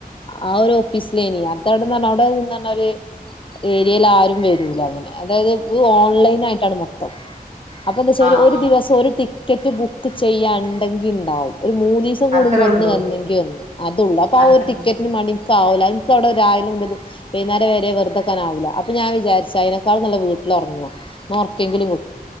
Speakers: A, on the left; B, on the right.
A: ആ ഒരു ഓഫീസിലിനി അത അവിടെന്ന് അവിടെ പറഞ്ഞ ഒരു ഏരിയയിൽ ആരും വരൂലങ്ങനെ അതായത് ഓൺലൈൻ ആയിട്ടാണ് മൊത്തം. അപ്പൊ എന്താ വെച്ചാ
B: ആഹ്
A: ഒരു
B: ആഹ്
A: ദിവസം ഒരു ടിക്കറ്റ് ബുക്ക് ചെയ്യാനുണ്ടെങ്കി ഉണ്ടാവും. ഒരു മൂന്നുദിവസം കൂടുമ്പോ
B: അത്രേ
A: ഒന്ന്
B: ഉള്ളൂ
A: വന്നെങ്കിൽ ഒന്ന് അതുള്ളൂ. അപ്പ ആ
B: അത്രേ
A: ഒരു ടിക്കറ്റിന്
B: ഉള്ളൂ
A: വേണ്ടി കാവലായി എനിക്കവിടെ രാവിലെ മുതല് വൈകുന്നേരം വരെ വെറുത നിക്കാനാവില്ല അപ്പൊ ഞാൻ വിചാരിച്ച് അതിനക്കാളു നല്ല വീട്ട ഒറങ്ങും ഒറക്ക എങ്കിലും